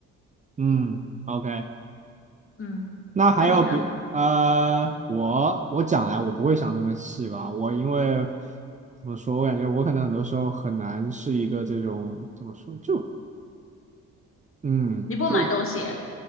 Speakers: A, on the right; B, on the left.
A: 嗯，OK。
B: 嗯，
A: 那还有比呃，
B: 那你呢？
A: 我我讲来，我不会想这么细吧，我因为。怎么说？我感觉我可能很多时候很难是一个这种怎么说，就嗯，
B: 你不买东西，
A: 这